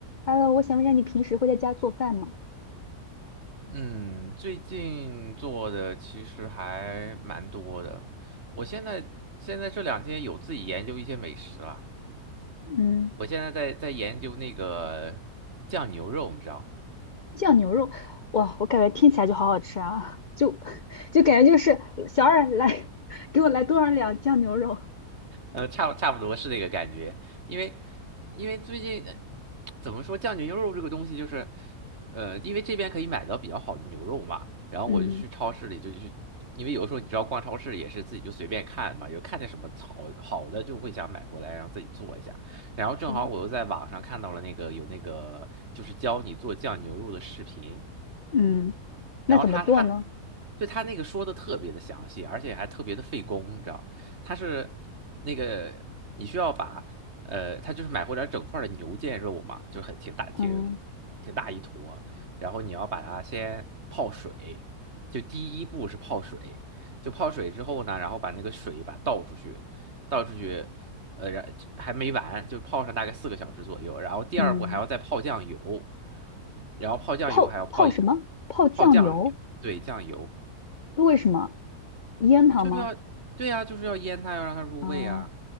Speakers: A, on the left (about 45°); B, on the right (about 45°).
A: Hello，我想问一下，你平时会在家做饭吗？
B: 嗯，最近做的其实还蛮多的。我现在现在这两天有自己研究一些美食了。
A: 嗯，
B: 我现在在在研究那个酱牛肉，你知道？
A: 酱牛肉，哇，我感觉听起来就好好吃啊，就 <laughs> 就感觉就是小二来 <laughs> 给我来多少两酱牛肉。
B: 呃，差不差不多是那个感觉，因为因为最近呃怎么说酱牛肉这个东西就是，呃，因为这边可以买到比较好的牛肉嘛，然后我就去超市里就去，
A: 嗯，
B: 因为有的时候你知道逛超市也是自己就随便看嘛，有看见什么好好的就会想买过来，然后自己做一下，然后正好我又在网上看到了那个有那个就是教你做酱牛肉的视频，
A: 是的，嗯，那怎么做呢？
B: 然后他他对他那个说的特别的详细，而且还特别的费工，你知道，他是那个你需要把呃，他就是买回来整块儿的牛腱肉嘛，就很挺大挺挺大一坨，
A: 嗯
B: 然后你要把它先泡水，就第一步是泡水，就泡水之后呢，然后把那个水把倒出去，倒出去呃，然还没完，就泡上大概四个小时左右，然后第二步还要再泡酱油，
A: 嗯，
B: 然后泡酱油还要泡一
A: 泡泡什么？泡酱油？
B: 泡酱油，对，酱油
A: 那为什么？腌它吗？
B: 就是要，对呀、就是要腌它，要让它入味啊，
A: 啊，